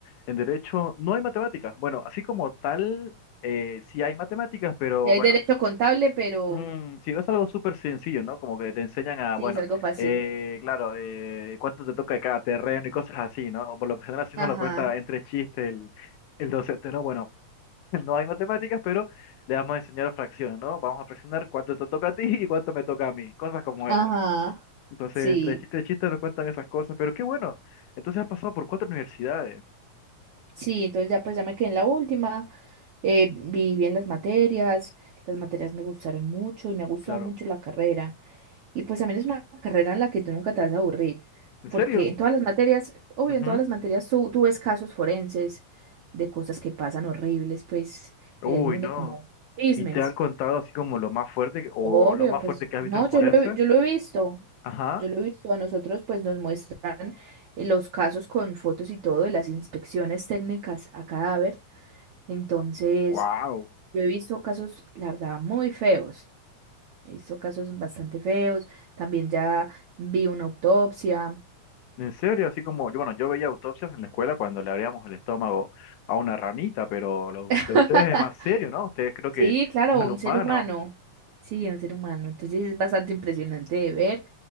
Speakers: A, on the left; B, on the right.
A: en derecho no hay matemáticas. Bueno, así como tal, eh, sí hay matemáticas, pero
B: Y hay
A: bueno,
B: derecho contable, pero
A: mm, sí, es algo súper sencillo, ¿no? Como que te enseñan a,
B: sí,
A: bueno,
B: es algo fácil.
A: eh, claro, eh, cuánto te toca de cada terreno y cosas así, ¿no? O por lo general así
B: Ajá,
A: nos lo cuenta entre chistes el, el docente, ¿no? Bueno. <laughs> No hay matemáticas, pero le vamos a enseñar fracciones, ¿no? Vamos a fraccionar cuánto te toca a ti y cuánto me toca a mí, cosas como
B: ajá.
A: esas. Entonces,
B: Sí,
A: entre chiste y chiste nos cuentan esas cosas, pero qué bueno. Entonces has pasado por cuatro universidades,
B: sí, entonces ya pues ya me quedé en la última. Eh, vi bien las materias, las materias me gustaron mucho y me ha gustado
A: claro.
B: mucho la carrera. Y pues también es una carrera en la que tú nunca te vas a aburrir,
A: ¿En
B: porque
A: serio?
B: en todas las materias, obvio,
A: Ujú.
B: en todas las materias tú, tú ves casos forenses de cosas que pasan horribles, pues,
A: Uy,
B: en el mundo
A: no.
B: como chismes.
A: ¿Y te han contado así como lo más fuerte que- o
B: Obvio,
A: lo más
B: pues,
A: fuerte que has
B: no,
A: visto en forense?
B: yo lo, he- yo lo he visto,
A: Ajá.
B: yo lo he visto, a nosotros pues nos muestra eh, los casos con fotos y todo, y las inspecciones técnicas a cadáver. Entonces,
A: Wow.
B: yo he visto casos, la verdad, muy feos, he visto casos bastante feos, también ya vi una autopsia.
A: En serio, así como yo, bueno, yo veía autopsias en la escuela cuando le abríamos el estómago a una ranita, pero lo
B: <laughs>
A: de ustedes es más serio, ¿no? Ustedes creo que
B: Sí, claro,
A: es al
B: un
A: humano.
B: ser humano. Sí, un ser humano. Entonces es bastante impresionante de ver